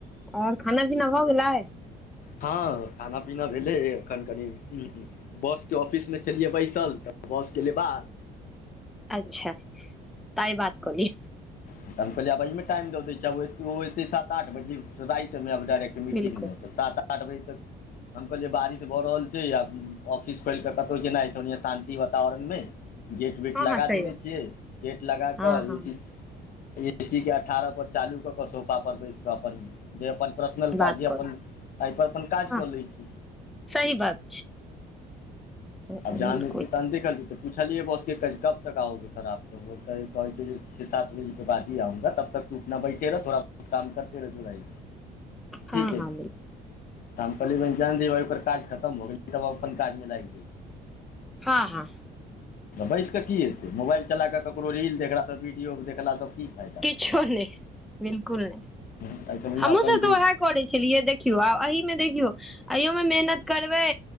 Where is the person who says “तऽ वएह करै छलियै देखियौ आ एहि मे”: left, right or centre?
Centre